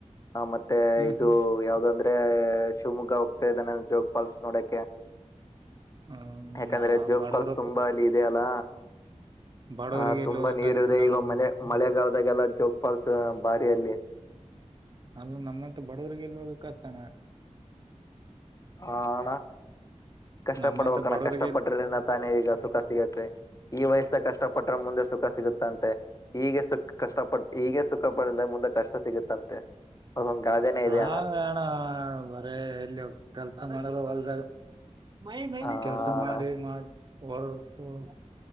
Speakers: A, on the left; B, on the right.
A: ಪುರ ಮತ್ತೆ
B: ಹ್ಮ್
A: ಇದು
B: ಹ್ಮ್
A: ಯಾವ್ದಂದ್ರೆ ಮ ಶಿವಮೊಗ್ಗ ಹೋಗ್ತಾ ಇದ್ದಾನೆ ಜೋಗ ಪಾಲ್ಸ್ ನೋಡಕೆ
B: ಹ್ಮ್
A: ಯಾಕಂದ್ರೆ
B: ನಾ
A: ಜೋಗ
B: ಬಡವರಪ್ಪ
A: ಫಾಲ್ಸ್ ತುಂಬಾ ಅಲ್ಲಿ ಇದೆಯ ಅಲ್ಲ
B: ಬಡವರಿಗೆ
A: ಹ ತುಂಬಾ
B: ಎಲ್ಲಿ ಹೋಗಕ್ತ್
A: ನೀರ್ ಇದೆ
B: ಬಿಡೋಣ
A: ಈವ ಮನೆ ಮಳೆಗಾಲದಾಗೆಲ್ಲ ಜೋಗ ಫಾಲ್ಸ್ ಬಾರಿಯಲ್ಲಿ
B: ಅಲ್ ನಮ್ಮಂತ ಬಡವರಿಗೆ ಇಲ್ ಹೋಗಕ್ಕತಾನ
A: ಹ ಅಣ್ಣ ಕಷ್ಟ
B: ನಮ್ಮಂತ
A: ಪಡ್ಬೇಕಣ್ಣ
B: ಬಡವರಿಗೆ
A: ಕಷ್ಟ ಪಟ್ರರಿಂದ ತಾನೇ ಈಗ ಸುಖ ಸಿಗುತ್ತೆ ಈ ವಯಸ್ಸ್ದ ಕಷ್ಟ ಪಟ್ಟ್ರ ಮುಂದೆ ಸುಖ ಸುಖ ಸಿಗುತ್ತಂತೆ ಹೀಗೆ ಸುಖ ಕಷ್ಟಪಟ್ಟ ಹೀಗೆ ಸುಖ ಪಡಿದ ಮುಂದೆ ಕಷ್ಟ ಸಿಗುತ್ತಂತೆ ಅದೊಂದು ಗಾದೆನೇ
B: ಹ
A: ಇದೆ ಅಣ್ಣ
B: ಅಣ ಬರೇ ಎಲ್ಲಿ ಕೆಲ್ಸ ಮಾಡದ ಹೊಲ್ದಾಗ <unintelligible>
A: ಆ,
B: ಕೆಲ್ಸ ಮಾಡಿ
A: ಅಣ್ಣ
B: ಮಾಡ <unintelligible> ಹೊ